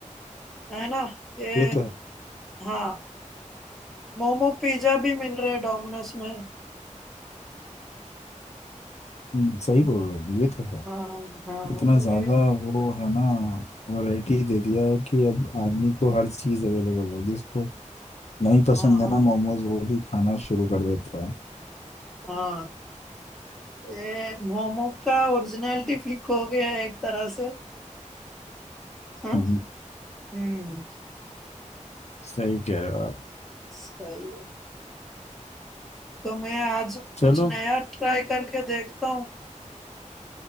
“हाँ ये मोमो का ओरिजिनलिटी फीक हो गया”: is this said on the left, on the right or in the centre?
Centre